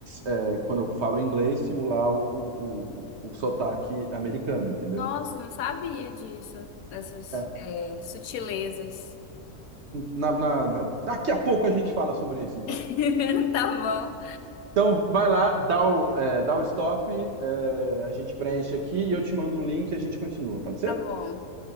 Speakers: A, on the right; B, on the left.
A: é, quando eu falo inglês, simular o, o, o, o sotaque americano, entendeu?
B: Nossa, não sabia disso, dessas,
A: É.
B: é, sutilezas.
A: Na- na- na- Daqui a pouco a gente fala sobre isso, então.
B: <laughs> Tá bom,
A: Então, vai lá, dá o, é, dá o stop, é, a gente preenche aqui e eu te mando um link e a gente continua, pode ser?
B: tá bom.